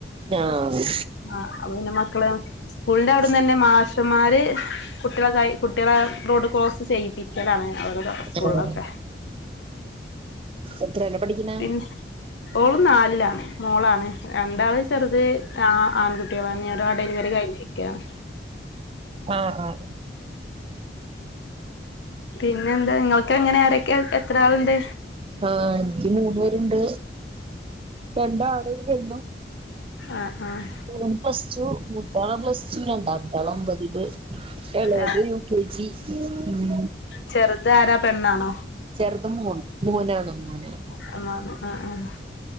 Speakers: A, on the right; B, on the left.
A: ആഹ്
B: ആ അപ്പ പിന്നെ മക്കള് സ്കൂളിന്റെ അവിടന്ന്
A: ആഹ്
B: തന്നെ മാഷന്മാര് കുട്ടികളെ കൈ കുട്ടികളെ റോഡ് ക്രോസ് ചെയ്യിപ്പിക്കലാണ് അവരുടെ സ്കൂളിലൊക്കെ
A: ആഹ് എത്രേലാ പഠിക്കണേ
B: പിന്നെ ഓള് നാലിലാണ് മോളാണ് രണ്ടാള് ചെറുത് ആഹ് ആൺകുട്ടികളാണ് ഒരു ആ ഡെലിവറി കഴിഞ്ഞ് നിക്കാണ്
A: ആഹ് ആഹ്
B: പിന്നെ എന്താ? ഇങ്ങൾക്ക് എങ്ങനെ ആരൊക്കെ? എത്ര ആള്ണ്ട്?
A: ആഹ് ഇൻക്ക് മൂന്ന് പേരുണ്ട്. രണ്ടാണും ഒരു പെണ്ണും.
B: ആഹ് ആഹ്
A: <unintelligible> പ്ലസ് ടു മൂത്താള് പ്ലസ് ടു. രണ്ടാമത്താള് ഒമ്പതില് എളയത്
B: ആ
A: യു കെ ജി. ഉം
B: ചെറുതാരാ? പെണ്ണാണോ?
A: ചെറുത് മോണ്. മോനാണ്. മോന്
B: ആഹ് മോന്. ആഹ് ആഹ്